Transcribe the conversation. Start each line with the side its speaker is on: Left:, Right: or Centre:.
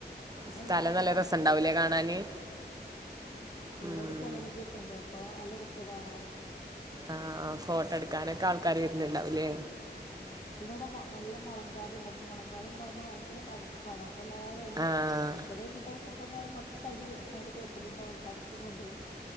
Right: സ്ഥലം
Left: എല്ലാവരും
Right: നല്ല
Left: തണുപ്പ്
Right: രസമുണ്ടാവുല്ലെ കാണാന്.
Left: ഇവടെ
Right: ഉം
Left: ഒരു ജനനിധിയൊക്കെ ഉണ്ട്. അപ് <unintelligible> നല്ല രസാ കാണാന്.
Right: ആ അ ഫോട്ടൊ എടുക്കാനൊക്ക ആൾക്കാര് വരണ്ടവൂലേ
Left: ആ പിന്നവിടെ മൊ നല്ല മൊളങ്കാട്ണ്ടപ്പം മുളങ്കാട്ണ്ടാവുമ്പോ ഭയങ്കര തണ്പ്പാണ് അ എല്ലാരു അയിന്റെ
Right: ആഹ്
Left: ഒരു വിധ ചെക്കന്മാരും മാ <unintelligible> അയിന്റെ ചോട്ടിലുണ്ടാവും തണുപ്പും കൊണ്ടേ.